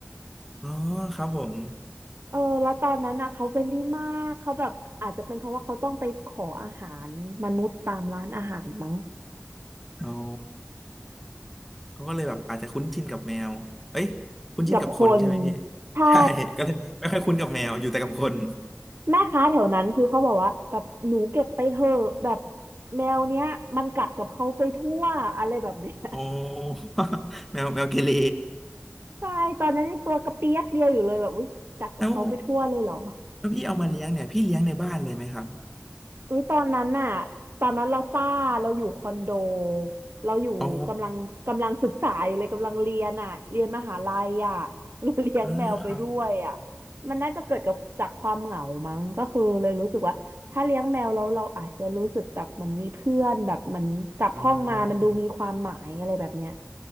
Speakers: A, in the centre; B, on the right.
A: อ๋อครับผม
B: เออแล้วตอนนั้นนะเขาเป็นดี่มากเขาแบบอาจจะเป็นเพราะว่าเขาต้องไปขออาหารมนุษย์ตามร้านอาหารมั้ง
A: อ๋อเขาก็เลยแบบอาจจะคุ้นชินกับแมวเอ้ยคุ้นชินกับคนใช่ไหมพี่
B: กับคนใช่
A: ใช่ก็เลยไม่ค่อยคุ้นกับแมวอยู่แต่กับคน
B: แม่ค้าแถวนั้นคือเขาบอกว่าแบบหนูเก็บไปเถอะแบบแมวเนี้ยมันกัดกับเขาไปทั่วอะไรแบบเนี้ย <laughs>
A: อ๋อ <laughs> แมวแมวเกเร
B: ใช่ตอนนั้นยังตัวกระเปียกเดียวอยู่เลยแบบอุ้ยกัดกับเขาไปทั่วเลยเหรอ
A: แล้วแล้วพี่เอามาเลี้ยงเนี่ยพี่เลี้ยงในบ้านเลยไหมครับ
B: อุ้ยตอนนั้นน่ะตอนนั้นเราซ่าเราอยู่คอนโดเราอยู่กำลังกำลังศึกษาอยู่เลยกำลังเรียนอ่ะเรียนมหาลัยอ่ะ
A: อ๋อ
B: <laughs> เราเลี้ยงแมวไปด้วยอ่ะ
A: <laughs> อ่าครับ
B: มันน่าจะเกิดกับจากความเหงามั้งก็คือเลยรู้สึกว่าถ้าเลี้ยงแมวแล้วเราอาจจะรู้สึกแบบมันมีเพื่อนแบบเหมันกลับห้องมามันดูมีความหมายอะไรแบบเนี้ย
A: อ่า